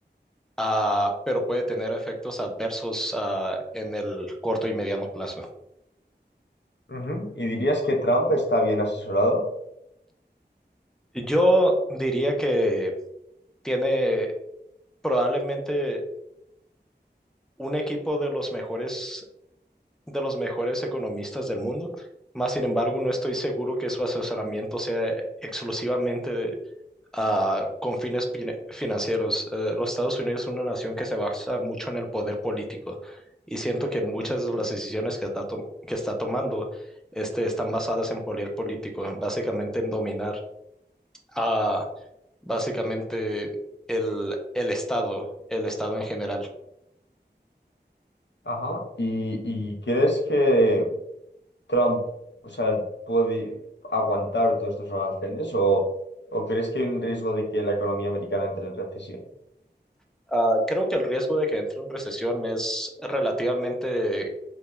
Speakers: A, in the centre; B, on the left (about 80°).
A: ah, pero puede tener efectos adversos ah, en el corto y mediano plazo.
B: Ujú, ¿Y dirías que Trump está bien asesorado?
A: Yo diría que tiene probablemente un equipo de los mejores, de los mejores economistas del mundo. Más sin embargo, no estoy seguro que su asesoramiento sea exclusivamente ah, con fines pine- financieros. Eh, los Estados Unidos es una nación que se basa mucho en el poder político y siento que muchas
B: Ujú,
A: de las decisiones que está, to- que está tomando este, están basadas en poder político, básicamente en dominar a básicamente el, el Estado, el Estado en general.
B: Ajá. ¿Y, y crees que Trump, o sea, puede aguantar todos estos aranceles o, o crees que hay un riesgo de que la economía americana entre en recesión?
A: Ah, creo que el riesgo de que entre en recesión es relativamente